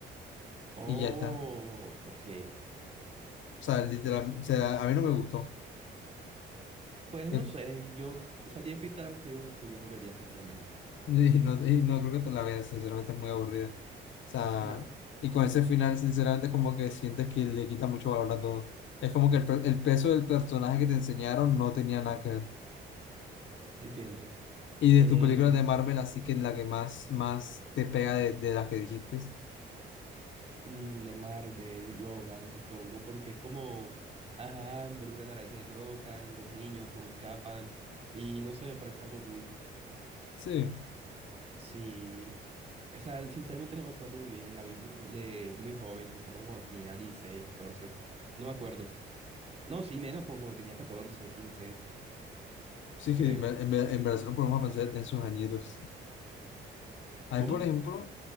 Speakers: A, on the right; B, on the left.
A: Oh,
B: y ya está.
A: ok.
B: O sea, literal, o sea, a mí no me gustó.
A: Pues
B: Eh,
A: no sé, yo, o sea, tiene pinta de algo que yo, que yo no vería, sinceramente.
B: <laughs> Y no, y no creo que te la veas, sinceramente es muy aburrida. O sea,
A: Nada,
B: y con ese final, sinceramente, como que sientes que le quita mucho valor a todo. Es como que el, pe- el peso del personaje que te enseñaron no tenía nada que ver.
A: entiendo.
B: Y de
A: Eh,
B: tus películas de Marvel, así que la que más, más te pega de, de las que dijiste.
A: mm, de Marvel, Logan, supongo, porque es como, ajá, involucra a naranja de Logan, los niños, cómo escapan, y no sé, me parece algo cool.
B: Sí,
A: Sí, o sea, sinceramente no me acuerdo muy bien, la vi bu- de muy joven, quizá como cuando tenía dieciséis catorce no me acuerdo. No, sí, menos como cuando tenía catorce quince
B: sí
A: creo.
B: que en, en, en verdad no podemos pensar en sus añitos. Ahí,
A: ¿Cómo?
B: por ejemplo,